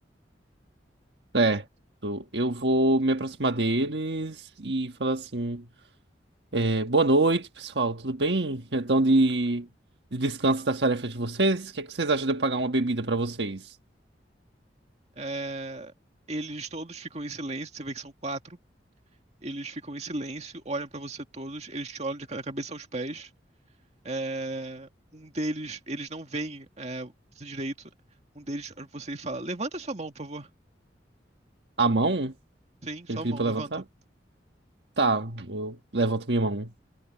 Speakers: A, on the right; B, on the right.
A: Certo. Eu vou me aproximar deles e falar assim: é, boa noite, pessoal, tudo bem? Então de, de descanso das tarefas de vocês, o que é que vocês acham de eu pagar uma bebida pra vocês?
B: É, Eles todos ficam em silêncio, você vê que são quatro. Eles ficam em silêncio, olham pra você todos, eles te olham de ca- da cabeça aos pés. É, um deles, eles não veem é, você direito. Um deles olha pra você e fala: Levanta sua mão, por favor.
A: À mão?
B: Sim, sua
A: Ele pediu
B: mão,
A: pra
B: levanta.
A: levantar? Tá, eu levanto minha mão.